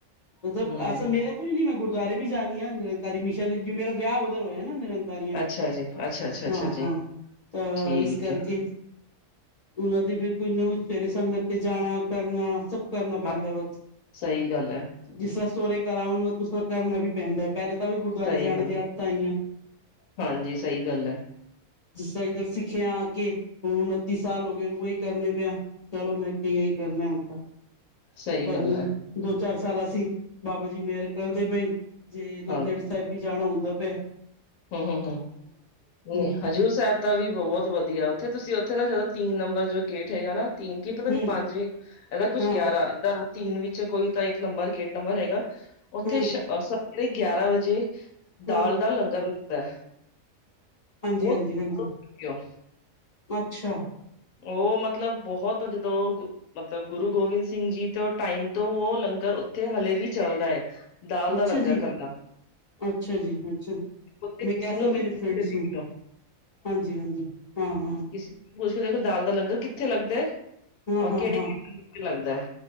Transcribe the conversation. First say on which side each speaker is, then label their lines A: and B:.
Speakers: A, on the left; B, on the left.
A: ਮਤਲਬ
B: ਹੂੰ
A: ਅਸ ਮੇਰਾ ਕੁੱਝ ਨੀ ਮੈਂ ਗੁਰਦੁਆਰੇ ਵੀ ਜਾਣੀ ਹਾਂ ਨਿਰੰਕਾਰੀ ਮਿਸ਼ਨ ਵੀ ਮੇਰਾ ਵਿਆਹ ਉਧਰ ਹੋਇਆ ਨਾ ਨਿਰੰ ਕਾਰੀਆ ਚ
B: ਅੱਛਾ ਜੀ, ਅੱਛਾ-ਅੱਛਾ, ਅੱਛਾ ਅੱਛਾ
A: ਹਾਂ
B: ਜੀ।
A: ਹਾਂ ਤਾਂ
B: ਠੀਕ
A: ਇਸ ਕਰਕੇ
B: ਹੈ,
A: ਉਹਨਾਂ ਦੀ ਫਿਰ ਕੋਈ ਨਿਊਜ਼ ਸਵੇਰੇ ਸੰਗਤ ਤੇ ਜਾਣਾ ਕਰਨਾ ਸਭ ਕਰਨਾ
B: ਹਾਂ
A: ਪੈਂਦਾ ਵਾਂ।
B: ਸਹੀ ਗੱਲ ਹੈ।
A: ਜਿਸ ਤਰ੍ਹਾਂ ਸੋਰੇ ਘਰਾ ਵਾਂਗੂ ਕੁੱਛ ਕਰਨਾ ਵੀ ਪੈਂਦਾ। ਪਹਿਲੇ ਤਾਂ ਵੀ ਗੁਰਦੁਆਰੇ
B: ਸਹੀ
A: ਜਾਣੇ
B: ਗੱਲ
A: ਦੀ ਆਦਤਾਂ ਆਈਆਂ।
B: ਹਾਂਜੀ ਸਹੀ ਗੱਲ ਹੈ।
A: ਜਿਸ ਸ਼ਾਇਦ ਅਸੀਂ ਸਿੱਖਿਆ ਕੇ ਹੁਣ ਉਨੱਤੀ ਸਾਲ ਹੋ ਗਏ ਉਹੀ ਕਰਨੇ ਪੇ ਆ। ਚਲੋ ਮੈਂ ਕੀ ਇਹੀ ਕਰਨੇ ਆ ਹੁਣ ਤਾਂ
B: ਸਹੀ
A: ਪਰ
B: ਗੱਲ
A: ਹੁਣ।
B: ਹੈ,
A: ਦੋ ਚਾਰ ਸਾਲ ਅਸੀਂ ਬਾਬਾ ਜੀ ਮਿਹਰ ਕਰਦੇ ਪਏ ਜੇ ਆਨੰਦਗੜ
B: ਹਾਂ
A: ਸਾਹਿਬ ਵੀ ਜਾਣਾ ਹੁੰਦਾ ਪੇਆ
B: ਹੂੰ ਹੂੰ ਹੂੰ ਨਹੀਂ
A: ਹੂੰ
B: ਹਜ਼ੂਰ ਸਾਹਿਬ ਕੀਤਾ ਵੀ ਬਹੁਤ ਵਧੀਆ ਉੱਥੇ ਤੁਸੀਂ ਉੱਥੇ ਨਾ ਜਦੋਂ ਤਿੰਨ ਨੰਬਰ ਜੋ ਗੇਟ ਹੈਗਾ ਨਾ ਤੀਨ ਕੀ ਪਤਾ ਨੀ
A: ਹੂੰ
B: ਪੰਜ ਇਹਦਾ ਕੁੱਛ
A: ਹਾਂ,
B: ਗਿਆਰਾਂ ਇਦਾ ਤਿੰਨ ਵਿੱਚ ਕੋਈ ਤਾਂ ਇੱਕ ਨੰਬਰ ਗੇਟ ਨੰਬਰ ਹੈਗਾ ਉੱਥੇ
A: ਹਾਂ,
B: ਸ ਸ- ਪੂੜੇ ਗਿਆਰਾਂ ਵਜੇ ਦਾਲ
A: ਹਾਂ,
B: ਦਾ ਲੰਗਰ ਲੱਗਦਾ।
A: ਹਾਂਜੀ
B: ਉਹ
A: ਹਾਂਜੀ ਹਾਂਜੀ
B: ਕਿਉਂ
A: ਅੱਛਾ।
B: ਉਹ ਮਤਲਬ ਬਹੁਤ ਜਦੋਂ ਉਹ ਮਤਲਬ ਗੁਰੂ ਗੋਬਿੰਦ ਸਿੰਘ ਜੀ ਤੋਂ ਟਾਈਮ ਤੋਂ ਉਹ ਲੰਗਰ ਉੱਥੇ ਹਲੇ ਵੀ ਚੱਲਦਾ ਐ। ਦਾਲ
A: ਅੱਛਾ
B: ਦਾ ਲੰਗਰ
A: ਜੀ,
B: ਕਰਨਾ।
A: ਅੱਛਾ ਜੀ ਅੱਛਾ।
B: ਉੱਥੇ ਕਿਸੇ
A: ਮੈਂ ਕਹਿ
B: ਨੂੰ
A: ਸਾਂ
B: ਵੀ
A: ਮੇਰੀ
B: ਪੁੱਛ
A: ਫਰੈਂਡਸ
B: ਕੇ ਦੇਖਿਓ
A: ਨੂੰ, ਹਾਂਜੀ ਹਾਂਜੀ। ਹਾਂ ਹਾਂ।
B: ਕਿਸੇ ਪੁੱਛ ਕੇ ਦੇਖੋ, ਦਾਲ ਦਾ ਲੰਗਰ ਕਿੱਥੇ ਲੱਗਦਾ ਹੈ।
A: ਹਾਂ,
B: ਔਰ
A: ਹਾਂ,
B: ਕਿਹੜੇ
A: ਹਾਂ
B: ਕਿਹੜੇ ਵੀਕ ਚ ਲੱਗਦਾ।